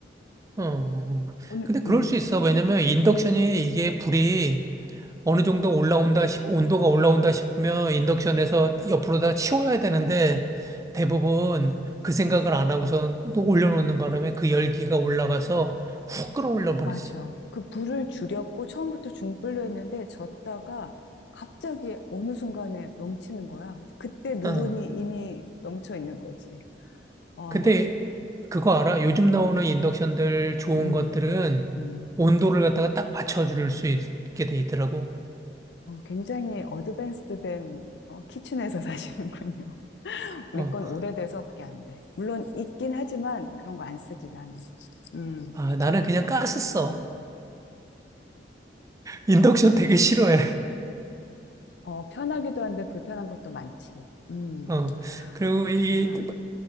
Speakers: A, on the right (about 20°); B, on the left (about 70°).
A: 어. 어.
B: 오늘,
A: 근데 그럴
B: 음,
A: 수 있어. 왜냐면 인덕션이
B: 음.
A: 이게 불이 어느 정도 올라온다 싶, 온도가 올라온다 싶으면 인덕션에서 옆으로 다 치워야 되는데 대부분 그 생각을 안 하고선 또 올려놓는 바람에 그 열기가 올라가서 훅 끌어올려 버리지.
B: 맞아. 그 불을 줄였고 처음부터 중불로 했는데 졌다가 갑자기 어느 순간에 넘치는 거야. 그래서 그때 누run이
A: 어.
B: 이미 넘쳐 있는 거지. 어,
A: 근데 그거 알아? 요즘 나오는 인덕션들 좋은
B: 음,
A: 것들은
B: 음.
A: 온도를 갖다가 딱 맞춰줄 수 있게 돼 있더라고.
B: 어, 굉장히 어드밴스드 된 어, 키친에서 <laughs> 사시는군요. 우리
A: 어.
B: 건 오래돼서 그게 안 돼. 물론 있긴 하지만 그런 거 안 쓰지, 나는. 음,
A: 아,
B: 귀찮아서.
A: 나는 그냥 가스 써. 인덕션 되게 싫어해.
B: 어, 편하기도 한데 불편한 것도 많지. 음,
A: 어. 그리고
B: 그렇구나.
A: 이